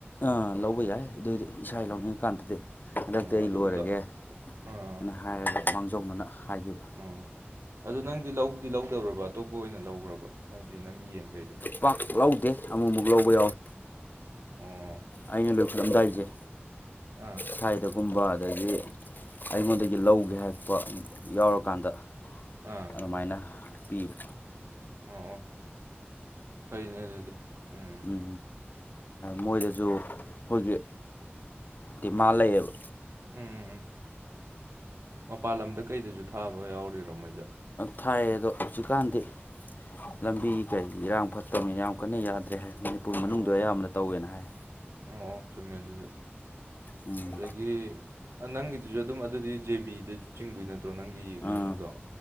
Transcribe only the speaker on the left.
ꯑꯥ ꯂꯧꯕ ꯌꯥꯏ ꯑꯗꯨꯏꯗꯨ ꯏꯁꯥ
ꯂꯧꯅꯤꯡꯉꯀꯥꯟꯗꯗꯤ ꯍꯟꯗꯛꯇꯤ
ꯑꯩ
ꯂꯣꯏꯔꯒꯦ
ꯑꯩꯅ ꯍꯥꯏꯔꯒ ꯃꯥꯡꯖꯧꯅꯅ ꯍꯥꯏꯒꯤꯕ
ꯄꯥꯛ ꯂꯧꯗꯦ ꯑꯃꯨꯛꯃꯨꯛ ꯂꯧꯕ ꯌꯥꯎꯋꯦ
ꯑꯩꯅ ꯂꯣꯏꯈꯠꯂꯝꯗꯥꯏꯁꯦ
ꯁꯥꯏꯗꯒꯨꯝꯕ ꯑꯗꯒꯤ ꯑꯩꯉꯣꯟꯗꯒꯤ ꯂꯧꯒꯦ ꯍꯥꯏꯄ ꯌꯥꯎꯔꯀꯥꯟꯗ
ꯑꯗꯨꯃꯥꯏꯅ ꯄꯤꯕ
ꯎ ꯃꯣꯏꯗꯁꯨ ꯑꯩꯈꯣꯏꯒꯤ ꯗꯤꯃꯥꯟ ꯂꯩꯌꯦꯕ
ꯊꯥꯏ ꯑꯗꯣ ꯍꯧꯖꯤꯛꯀꯥꯟꯗꯤ ꯂꯝꯕꯤ ꯀꯩ ꯏꯔꯥꯡ ꯐꯠꯇ꯭ꯔꯕꯅꯤꯅ ꯌꯥꯝ ꯀꯟꯅ ꯌꯥꯗ꯭ꯔꯦ ꯍꯥꯏ ꯃꯅꯤꯄꯨꯔ ꯃꯅꯨꯡꯗ
ꯑꯌꯥꯝꯕꯅ ꯇꯧꯋꯦꯅ ꯍꯥꯏ
ꯎꯝ
ꯑꯥ